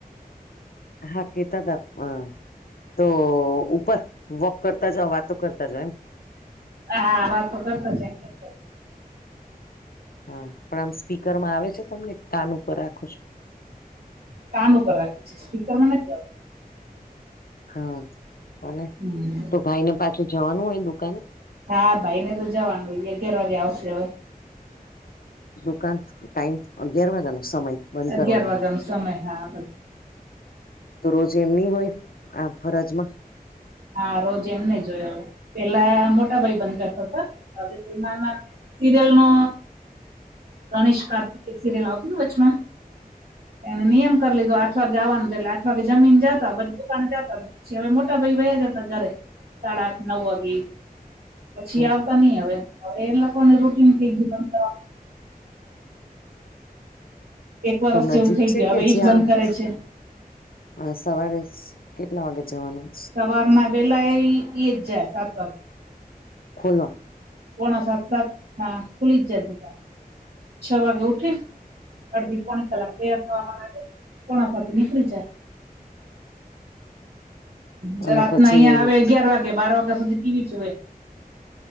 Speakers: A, on the left (about 70°); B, on the right (about 85°).
A: હા કેતા તા પણ તો ઉપર? વોક કરતા જઓ વાતો કરતા જા એમ?
B: હા વાત તો કરતો જા એક
A: હા પણ આમ સ્પીકરમાં આવે છે તમને કાન ઉપર રાખો છો?
B: કાન ઉપર રાખી છે, સ્પીકર મા નથી રાયખા.
A: હા અને
B: આવતી
A: તો ભાઈ ને પાછું જવાનું હોયને દુકાને?
B: હા ભાઈ ને તો જવાનું અગિયાર વાગે આવશે હવે.
A: દુકાન ટાઈમ અગિયાર વાગાનો સમય? બંધ
B: અગિયાર
A: કરવાનો
B: વગનો સમય હા.
A: તો રોજ એમ ની હોય આ ફરજમાં?
B: હા રોજ એમને જોયો હવે પેલા મોટા ભાઈ બંધ કરતા હતા હવે તો નાના સિરિયલ નો ગણેશ કાર્તિકે સિરિયલ આવતું ને વચમાં. એને નિયમ કરી લીધો આઠ વાગે આવવાનું એટલે આઠ વાગે જમીન જાતા પછ દુકાન જતા. પછી હવે મોટા ભાઈ બે જતા ઘરે સાડા આઠ નવ વાગી પછી
A: હમ
B: આવતા નઈ હવે. હવે એને લોકો ને રોટલી થઈ ગયુ બનતા. એક વરસ
A: તો નજીક
B: જેવું થઈ
A: છે
B: ગયું
A: કે
B: હવે એજ
A: જ્યાં?
B: બંધ કરે છે
A: અને સવારે કેટલા વાગે જવાનું?
B: સવાર ના વેલા એ એજ જાય સાત વાગ
A: ખોલો.
B: પોણા સાત સાત હા ખુલી જ જાય. છ વાગે ઉઠીન અડધી પોણી કલાક તૈયાર થવામાં લાગે પોણા ભાગે નીકળી જાય. ચલ
A: અને
B: રાતના
A: પછી
B: અહિયાં આવે અગિયાર વાગે બાર વાગ્યા સુધી ટી વી જુએ.